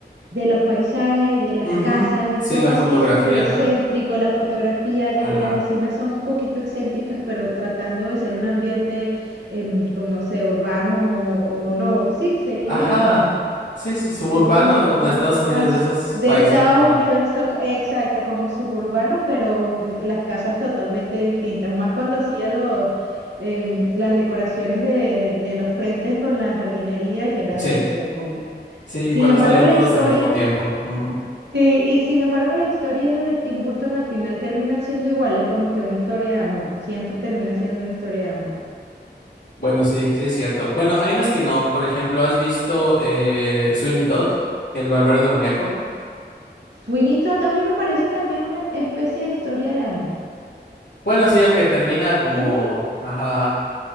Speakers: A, on the right; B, on the left.
A: de los paisajes, de las
B: Ujú,
A: casas, es
B: Sí,
A: todo
B: la
A: así
B: fotografía,
A: súper excéntrico,
B: ¿no?
A: la fotografía, eh,
B: Ajá.
A: las escenas son un poquito excéntricas, pero tratando de ser un ambiente, em, como no sé, urbano o, o no, sí, sería
B: Ajá.
A: urbano, no.
B: Sí, su suburbano
A: Es como
B: de como
A: no,
B: de Estados Unidos,
A: as-
B: de esos
A: de
B: países.
A: Estados
B: Ajá.
A: Unidos, so- exacto, como suburbano, pero las casas totalmente distintas, más cuando hacía los... em, las decoraciones de, de los frentes con la jardinería, que era
B: Sí.
A: demasiado cómico.
B: Sí,
A: Sin
B: cuando
A: embargo,
B: salían
A: la
B: todos
A: historia
B: al mismo tiempo. Ujú.
A: Sí, y sin embargo las historias de Tim Burton al final terminan siendo iguales, como que una historia de amor, siempre termina siendo una historia de amor.
B: Bueno, sí, sí es cierto. Bueno, hay unas que no. Por ejemplo, ¿has visto eh, Sweeney Todd, el barbero demoníaco?
A: Sweeney Todd a mí me parece también una especie de historia de amor.
B: Bueno, sí, aunque termina como...
A: Mm,
B: Ajá.